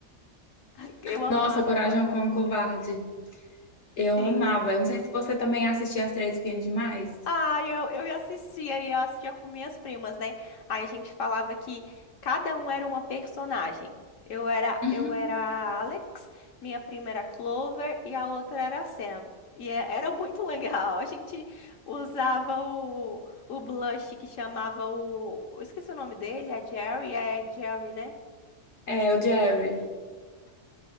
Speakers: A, on the left (about 80°); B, on the left (about 65°).
A: <laughs> Eu amava
B: Nossa, Coragem
A: o Coragem.
B: com o Covarde. Eu
A: Sim.
B: amava. Eu não sei se você também assistia As Três Espiãs Demais.
A: Ah, eu, eu ia assistia e eu assistia com minhas primas, né? Aí a gente falava que cada um era uma personagem. Eu era,
B: <laughs>
A: eu era a Alex, minha prima era a Clover e a outra era a Sam. E é- era <laughs> muito legal. A gente usava o, o blush que chamava o. Eu esqueci o nome dele, é Jerry, é Jerry, né?
B: É, o Jerry.